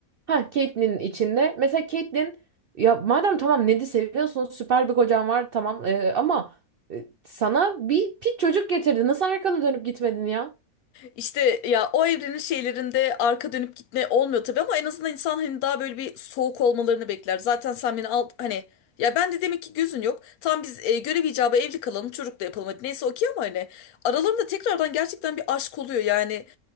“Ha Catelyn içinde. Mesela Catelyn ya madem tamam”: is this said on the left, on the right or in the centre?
Right